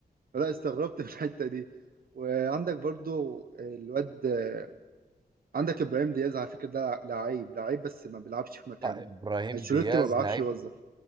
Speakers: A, on the right; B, on the right.
A: فلا استغربت <laughs> في الحته دي وعندك برضو الواد آه، عندك ابراهيم دياز على فكره ده لعيب لعيب بس ما بيلعبش في مكانه
B: لا ابراهيم
A: انشيلوتي
B: دياز
A: ما بيعرفش
B: لعيب
A: يوظف